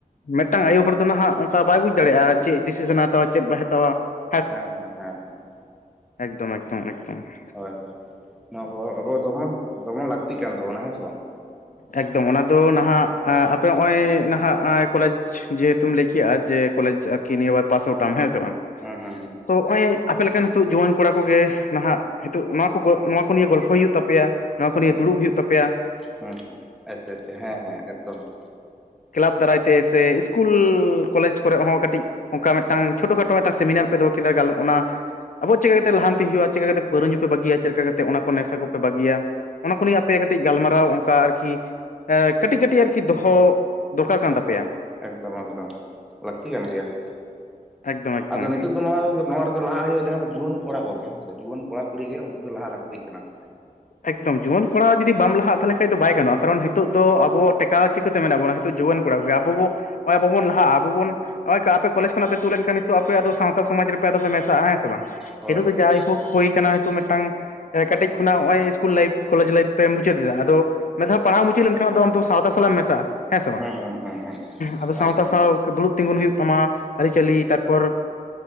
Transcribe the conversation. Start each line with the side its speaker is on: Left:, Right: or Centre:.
Left: ᱢᱤᱫᱴᱟᱝ ᱟᱭᱳ ᱦᱚᱲ ᱫᱚ ᱦᱟᱜ ᱚᱱᱠᱟ ᱵᱟᱭ ᱵᱩᱡᱽ ᱫᱟᱲᱮᱭᱟᱜᱼᱟ ᱪᱮᱫ ᱰᱤᱥᱤᱥᱮᱱᱮ ᱦᱟᱛᱟᱣᱟ ᱪᱮᱫ ᱵᱟᱭ ᱦᱟᱛᱟᱣᱟ ᱾
Centre: ᱦᱮᱸ ᱦᱮᱸ ᱦᱮᱸ ᱦᱮᱸ ᱾
Left: ᱮᱠᱫᱚᱢ ᱮᱠᱫᱚᱢ ᱮᱠᱫᱚᱢ ᱾
Centre: ᱦᱚᱭ ᱦᱚᱭ, ᱱᱚᱣᱟ ᱠᱚ ᱟᱵᱚ ᱫᱚᱢᱚᱱ ᱫᱚᱢᱚᱱ ᱞᱟᱹᱠᱛᱤᱜ ᱠᱟᱱ ᱛᱟᱵᱚᱱᱟ ᱦᱮᱸ ᱥᱮ ᱵᱟᱝ ᱾
Left: ᱮᱠᱫᱚᱢ ᱚᱱᱟ ᱫᱚ ᱱᱟᱦᱟᱜ ᱟᱯᱮ ᱱᱚᱜᱼᱚᱭ ᱱᱟᱦᱟᱜ ᱠᱳᱞᱮᱡᱽ ᱡᱮ ᱦᱮᱛᱩᱢ ᱞᱟᱹᱭ ᱠᱮᱜᱼᱟ, ᱡᱮ ᱠᱳᱞᱮᱡᱽ ᱟᱨᱠᱤ ᱱᱤᱭᱟᱹ ᱵᱟᱨ ᱯᱟᱥ ᱟᱣᱩᱴᱟᱢ ᱦᱮᱸ ᱥᱮ ᱵᱟᱝ ᱾
Centre: ᱦᱩᱸ ᱦᱩᱸ ᱦᱩᱸ ᱾
Left: ᱛᱚ ᱚᱭ ᱟᱯᱮ ᱞᱮᱠᱟᱱ ᱱᱤᱛᱚᱜ ᱡᱩᱣᱟᱹᱱ ᱠᱚᱲᱟ ᱠᱚᱜᱮ ᱱᱟᱦᱟᱜ ᱱᱤᱛᱚᱜ ᱱᱚᱣᱟ ᱠᱚ ᱱᱚᱣᱟ ᱠᱚ ᱠᱚ ᱱᱤᱭᱟᱹ ᱜᱚᱞᱯᱚ ᱦᱩᱭᱩᱜ ᱛᱟᱯᱮᱭᱟ, ᱱᱚᱭᱟ ᱠᱷᱚᱱ ᱜᱮ
Centre: ᱦᱩᱸ
Left: ᱫᱩᱲᱩᱵ ᱦᱩᱭᱩᱜ ᱛᱟᱯᱮᱭᱟ ᱾
Centre: ᱦᱩᱸ ᱦᱩᱸ ᱟᱪᱪᱷᱟ ᱟᱪᱪᱷᱟ ᱦᱮᱸ ᱦᱮᱸ ᱮᱠᱫᱚᱢ ᱾
Left: ᱠᱮᱞᱟᱵᱽ ᱫᱟᱨᱟᱭ ᱛᱮ ᱥᱮ ᱤᱥᱠᱩᱞ ᱠᱳᱞᱮᱡᱽ ᱠᱚᱨᱮ ᱦᱚᱸ ᱠᱟᱹᱴᱤᱡ ᱚᱝᱠᱟ ᱢᱤᱫᱴᱟᱝ ᱪᱷᱚᱴᱚ ᱠᱷᱟᱴᱚ ᱢᱤᱫᱴᱟᱝ ᱥᱮᱢᱤᱱᱟᱨ ᱯᱮ ᱫᱚᱦᱚ ᱠᱮᱫᱟ ᱜᱟᱞᱚ ᱚᱱᱟ ᱟᱵᱚ ᱪᱤᱠᱟ ᱠᱟᱛᱮ ᱞᱟᱦᱟᱱᱛᱤ ᱦᱩᱭᱩᱜᱼᱟ, ᱪᱮᱠᱟ ᱠᱟᱛᱮ ᱯᱟᱹᱣᱨᱟᱹ ᱧᱩ ᱯᱮ ᱵᱟᱹᱜᱤᱭᱟ ᱪᱮᱠᱟ ᱞᱮᱠᱟ ᱠᱟᱛᱮ ᱚᱱᱟ ᱠᱚ ᱱᱮᱥᱟ ᱠᱚᱯᱮ ᱵᱟᱜᱤᱭᱟ ᱚᱱᱟ ᱠᱚ ᱱᱤᱭ ᱟᱯᱮᱭ ᱠᱟᱹᱴᱤᱡ ᱜᱟᱞᱢᱟᱨᱟᱣ ᱠᱟ ᱟᱨᱠᱤ ᱟᱸ ᱠᱟᱹᱴᱤᱡ ᱠᱟᱹᱴᱤᱡ ᱟᱨᱠᱤ ᱫᱚᱦᱚ ᱫᱚᱨᱠᱟᱨ ᱠᱟᱱ ᱛᱟᱯᱮᱭᱟ᱾
Centre: ᱮᱠᱫᱚᱢ ᱮᱠᱫᱚᱢ ᱞᱟᱹᱠᱛᱤ ᱠᱟᱱ ᱜᱮᱭᱟ ᱾
Left: ᱮᱠᱫᱚᱢ ᱮᱠᱫᱚᱢ
Centre: ᱟᱫᱚ ᱱᱤᱛᱚᱜ ᱫᱚ ᱱᱚᱣᱟ ᱨᱮᱫᱚ, ᱱᱚᱣᱟ ᱨᱮᱫᱚ ᱞᱟᱦᱟᱜ ᱦᱩᱭᱩᱜ ᱡᱟᱦᱟᱸ ᱫᱚ ᱡᱩᱣᱟᱹᱱ ᱠᱚᱲᱟ ᱠᱚᱜᱮ ᱦᱮᱸ ᱥᱮ ᱡᱩᱣᱟᱹᱱ ᱠᱚᱲᱟ ᱠᱩᱲᱤ ᱜᱮ ᱩᱱᱠᱩ ᱫᱚ ᱞᱟᱦᱟ ᱞᱟᱹᱠᱛᱤᱜ ᱠᱟᱱᱟ ᱾
Left: ᱮᱠᱫᱚᱢ ᱡᱩᱣᱟᱹᱱ ᱠᱚᱲᱟ ᱡᱩᱫᱤ ᱵᱟᱢ ᱞᱟᱦᱟᱜ ᱛᱟᱦᱞᱮ ᱠᱷᱟᱡ ᱫᱚ ᱵᱟᱭ ᱜᱟᱱᱚᱜᱼᱟ, ᱠᱟᱨᱚᱱ ᱦᱤᱛᱩᱜ ᱫᱚ ᱟᱵᱚ ᱴᱮᱠᱟᱣ ᱪᱤᱠᱟᱹᱛᱮ ᱢᱮᱱᱟᱜ ᱵᱚᱱᱟ ᱡᱩᱣᱟᱹᱱ ᱠᱚᱲᱟ ᱠᱚ ᱜᱮ ᱟᱵᱚ ᱵᱚ ᱞᱟᱦᱟᱜ-ᱟ ᱟᱵᱚ ᱵᱚᱱ ᱱᱚᱜ-ᱚᱭ ᱠᱟ ᱟᱯᱮ ᱠᱚᱞᱮᱡᱽ ᱠᱷᱚᱱᱟᱜ ᱯᱮ ᱛᱩᱜ ᱞᱮᱱᱠᱷᱟᱱ ᱱᱤᱛᱚᱜ ᱟᱯᱮᱭᱟᱜ ᱫᱚ ᱥᱟᱶᱛᱟ ᱥᱚᱢᱟᱡ ᱨᱮᱯᱮ ᱟᱫᱚ ᱯᱮ ᱢᱮᱥᱟᱜ-ᱟ ᱦᱮᱸ ᱥᱮ ᱵᱟᱝ᱾
Centre: ᱦᱳᱭ
Left: ᱱᱤᱛᱩᱜ
Centre: ᱦᱳᱭ
Left: ᱫᱚ ᱡᱟᱭᱦᱩᱠ ᱦᱩᱭ ᱟᱠᱟᱱᱟ ᱱᱤᱛᱩ ᱢᱤᱫᱴᱟᱝ ᱠᱟᱹᱴᱤᱡ ᱠᱷᱚᱱᱟᱜ ᱚᱜᱼᱚᱭ ᱤᱥᱠᱩᱞ ᱞᱟᱭᱤᱯ ᱠᱚᱮᱡᱽ ᱞᱟᱭᱤᱯ ᱯᱮ ᱢᱩᱪᱟᱹᱫ ᱮᱫᱟ, ᱟᱫᱚ ᱢᱤᱫᱷᱟᱣ ᱯᱟᱲᱦᱟᱢ ᱢᱩᱪᱟᱹᱫ ᱞᱮᱱᱠᱷᱟᱱ ᱟᱫᱚ ᱟᱢᱫᱚ ᱥᱟᱶᱛᱟ ᱥᱟᱞᱟᱜ ᱮᱢ ᱢᱮᱥᱟᱜ-ᱟ ᱾ ᱦᱮᱸ ᱥᱮ ᱵᱟᱝ,
Centre: ᱦᱮᱸ ᱦᱮᱸ ᱦᱮᱸ
Left: ᱟᱫᱚ ᱥᱟᱶᱛᱟ
Centre: ᱮᱠᱫᱚᱢ
Left: ᱥᱟᱶ ᱫᱩᱲᱩᱵ ᱛᱤᱸᱜᱩᱱ ᱦᱩᱭᱩᱜ ᱛᱟᱢᱟ ᱟᱹᱨᱤᱪᱟᱹᱞᱤ ᱛᱟᱨ ᱯᱚᱨ